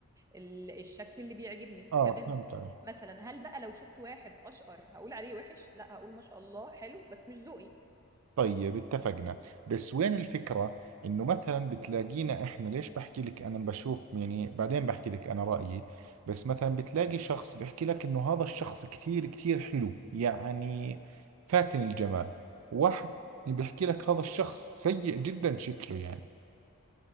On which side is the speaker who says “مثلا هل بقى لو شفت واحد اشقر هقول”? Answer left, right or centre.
Right